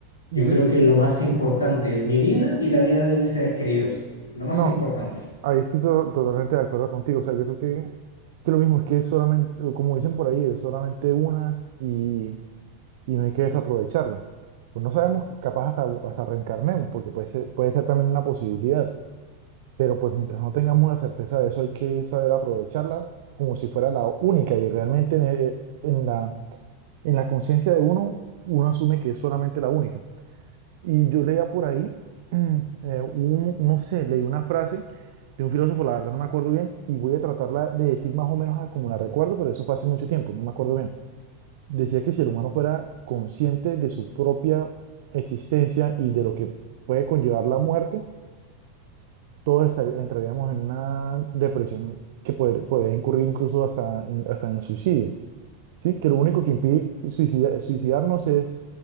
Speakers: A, on the right (about 50°); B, on the left (about 70°).
A: Yo-
B: Yo creo que es lo más importante, mi vida y la vida de mis seres queridos, lo más
A: no,
B: importante.
A: ahí estoy to- totalmente de acuerdo contigo. O sea, yo creo que, que lo mismo es que es solamente, o como dicen por ahí, es solamente una y, y no hay que desaprovecharla. Pues no sabemos, que capaz hasta, hasta reencarnemos, porque puede ser, puede ser también una posibilidad. Pero pues mientras no tengamos la certeza de eso, hay que saber aprovecharla como si fuera la única. Y realmente en, el- en la, en la conciencia de uno, uno asume que es solamente la única. Y yo leía por ahí, mm, eh, un- no sé, leí una frase de un filósofo, la verdad no me acuerdo bien, y voy a tratarla de decir más o menos a como la recuerdo, pero eso fue hace mucho tiempo, no me acuerdo bien. Decía que si el humano fuera consciente de su propia existencia y de lo que puede conllevar la muerte, todos estar- entraríamos en una depresión que poder- podría incurrir incluso hasta en, hasta en suicidio. Sí, que lo único que impide suicida- suicidarnos es